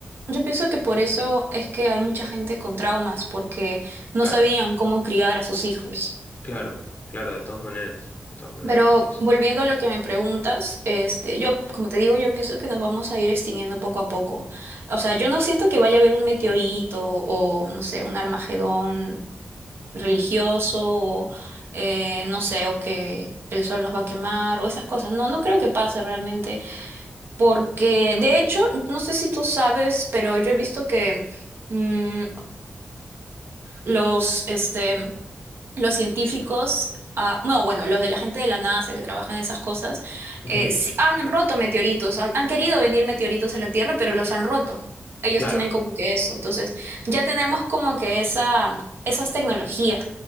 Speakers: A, on the right; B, on the left.
A: Yo pienso que por eso es que hay mucha gente con traumas, porque no
B: Claro,
A: sabían cómo criar a sus hijos.
B: claro, claro, de todas maneras, de todas maneras,
A: Pero
B: sí, sí.
A: volviendo a lo que me preguntas, este, yo, como te digo, yo pienso que nos vamos a ir extinguiendo poco a poco. O sea, yo no siento que vaya a haber un meteorito o, no sé, un Armagedón religioso, o, eh, no sé, o que el sol nos va a quemar o esas cosas. No, no creo que pase realmente, porque de hecho, no sé si tú sabes, pero yo he visto que... mm, los, este, los científicos, ah, no, bueno, los de la gente de la NASA que trabajan en esas cosas,
B: Ujú.
A: eh, sí han roto meteoritos, han, han querido venir meteoritos a la Tierra, pero los han roto. Ellos
B: Claro,
A: tienen como que eso. Entonces, ya tenemos como que esa, esas tecnologías.